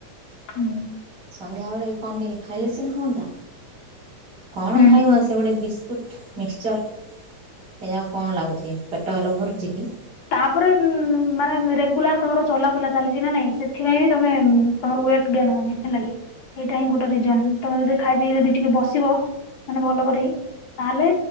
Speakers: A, on the left; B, on the right.
A: ହୁଁ।
B: ସନ୍ଧ୍ୟା ବେଳେ ବି କଣ ଟିକେ ଖାଇଲେ ସିନା ହୁଅନ୍ତା କଣ
A: ହୁଁ
B: ଖାଇବ
A: ହୁଁ
B: ସେ ଗୋଟେ ବିସ ଫୁଟ୍ ମିକ୍ସଚର୍ ଏଯାକ କଣ ଲାଗୁଚି ପେଟ ହେଲେ ଭରୁଚି କି?
A: ତାପରେ ମାନେ ରେଗୁଲାର ତମର ଚଲାବୁଲା ଚାଲିଚି ନା ନାଇଁ ସେଥିପାଇଁ ବି ତମେ ତମର ୱେଟ୍ ଗେନ୍ ହଉନି। ହେଲା କି ଏଇଟା ହିଁ ଗୋଟେ ରିଜନ ତମେ ଯଦି ଖାଇ ପିଇି ଯଦି ଟିକେ ବସିବ ମାନେ ଭଲ କରିକି ତାହେଲେ